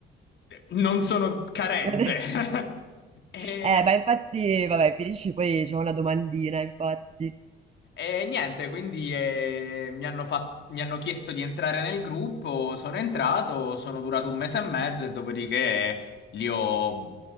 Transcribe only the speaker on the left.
non sono carente.
<laughs> E
E niente, quindi eh, mi hanno fat- mi hanno chiesto di entrare nel gruppo, sono entrato, sono durato un mese e mezzo e dopodiché li ho